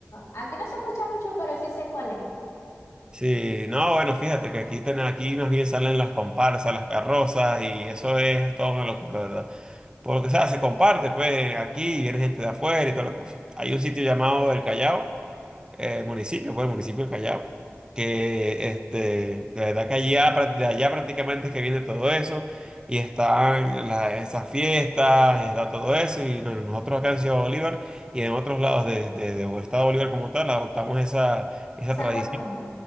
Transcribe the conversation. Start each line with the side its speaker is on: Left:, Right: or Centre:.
Left: aquí no se escucha mucho, pero sí sé cuál es,
Right: Sí, no, bueno, fíjate que aquí, ten- aquí más bien salen las comparsas, las carrozas y eso es toda una locura, ¿verdad? Porque, o sea, se comparte, pues, aquí viene gente de afuera y toda la cosa. Hay un sitio llamado El Callao eh, municipio, pues el municipio del Callao, que este, de verdad que allá, pra- de allá prácticamente es que viene todo eso, y están la- esas fiestas, y está todo eso, y no- nosotros acá en Ciudad Bolívar y en otros lados de, de, de Estado Bolívar como tal, adoptamos esa, esa
Left: esa
Right: tradición,
Left: costumbre.